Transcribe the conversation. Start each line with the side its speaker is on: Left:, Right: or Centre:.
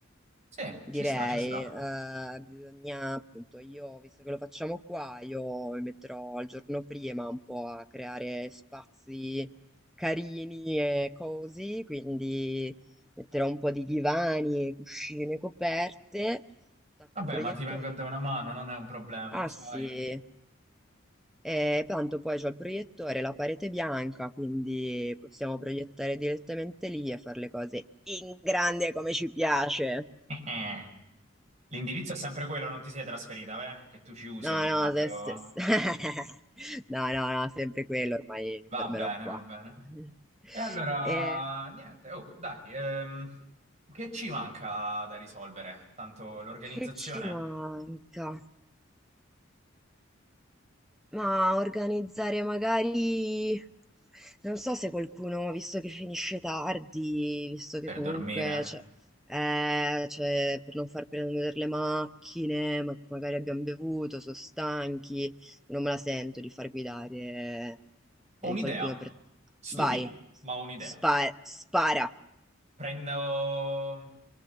Right: Sì,
Centre: direi.
Right: ci sta, ci sta.
Centre: Eh, bisogna, appunto, io, visto che lo facciamo qua, io mi metterò il giorno prima un po' a creare spazi carini e così, quindi metterò un po' di divani, cuscine, coperte, attacco
Right: Vabbè,
Centre: il proiettore
Right: ma ti vengo a dare
Centre: che...
Right: una mano, non è un problema,
Centre: Ah
Right: lo sai.
Centre: sì, e tanto poi c'ho il proiettore, la parete bianca, quindi possiamo proiettare direttamente lì e fare le cose in grande come ci piace.
Right: <laughs> L'indirizzo è sempre quello, non ti sei trasferita, beh? Che tu ci usi
Centre: No,
Right: ogni
Centre: no,
Right: tanto.
Centre: se- se- se- <laughs> no, no, no, sempre quello, ormai mi
Right: Va
Centre: fermerò
Right: bene,
Centre: qua.
Right: va bene.
Centre: <laughs>
Right: E allora,
Centre: Eh,
Right: niente, oh, dai, ehm, che ci manca da risolvere? Tanto l'organizzazione
Centre: che ci manca? Ma organizzare magari... Non so se qualcuno, visto che finisce tardi, visto che
Right: per
Centre: comunque,
Right: dormire.
Centre: cioè, eh, cioè, per non far prendere le macchine, ma che magari abbiamo bevuto, sono stanchi, non me la sento di far guidare magari
Right: Ho un'idea,
Centre: qualcuno per...
Right: stupida,
Centre: Vai,
Right: ma ho un'idea.
Centre: spa- spara.
Right: Prendo,